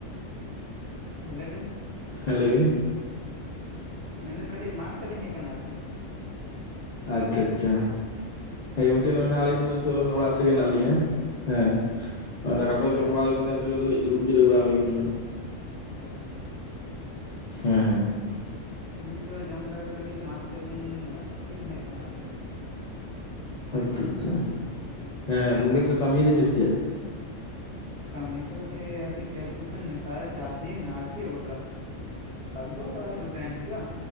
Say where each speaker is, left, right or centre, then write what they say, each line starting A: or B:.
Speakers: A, on the right; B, on the left.
A: ᱦᱮᱸ ᱞᱟᱹᱭᱵᱮᱱ
B: ᱦᱮᱸ ᱞᱟᱹᱭ ᱵᱤᱱ
A: ᱢᱮᱱᱫᱟᱹᱧ ᱠᱟᱹᱴᱤᱡ ᱢᱟᱴᱷ ᱥᱮᱞᱤᱧ ᱦᱮᱡ ᱟᱠᱟᱱᱟ ᱟᱨ ᱪᱮᱫ
B: ᱟᱪᱪᱷᱟ ᱟᱪᱪᱷᱟ ᱦᱮᱸ ᱜᱚᱝᱠᱮ ᱱᱚᱜᱼᱚᱭ
A: ᱦᱳᱭ
B: ᱱᱟᱜ ᱟᱹᱞᱤᱧ ᱫᱚ ᱱᱤᱛᱚᱜ ᱚᱲᱟᱜ ᱥᱮᱫ ᱜᱮ ᱢᱮᱱᱟᱜ ᱞᱤᱧᱟᱹ᱾ ᱦᱮᱸ ᱫᱟᱠᱟ
A: ᱚ
B: ᱠᱚ ᱡᱚᱢ ᱵᱟᱲᱟ ᱦᱩᱭ ᱠᱟᱱ ᱛᱮ ᱮᱱᱛᱮ ᱜᱮ ᱫᱩᱲᱩᱵ ᱡᱤᱨᱟᱹᱣ ᱵᱟᱲᱟ ᱦᱩᱭ ᱟᱠᱟᱱᱟ᱾
A: ᱚ
B: ᱦᱮᱸ ᱦᱮᱸ
A: ᱟᱹᱞᱤᱧ ᱫᱚ ᱡᱚᱢ ᱵᱟᱲᱟ ᱠᱟᱛᱮᱫ ᱠᱟᱹᱴᱤᱡ ᱢᱟᱴᱷ ᱥᱮᱫ ᱞᱤᱧ ᱞᱤᱧ ᱦᱮᱡ ᱟᱠᱟᱱᱟ ᱟᱨ ᱪᱮᱫ?
B: ᱟᱪᱪᱷᱟ ᱟᱪᱪᱷᱟ
A: <unintelligible>
B: ᱦᱮᱸ ᱜᱚᱝᱠᱮ ᱛᱟᱦᱚᱞᱮ ᱠᱟᱹᱢᱤᱭ ᱫᱟᱵᱤᱱ ᱥᱮ ᱪᱮᱫ?
A: ᱠᱟᱹᱢᱤ ᱛᱚ ᱠᱟᱹᱴᱤᱡ ᱠᱷᱮᱛ ᱠᱩᱥᱮᱹᱱ ᱱᱮᱛᱟᱨ ᱪᱟᱥ ᱫᱤᱱ ᱟᱨ ᱪᱮᱫ <unintelligible> ᱟᱫᱚ ᱚᱲᱟᱜ ᱨᱮ ᱛᱟᱦᱮᱱ ᱦᱩᱭᱩᱜᱼᱟ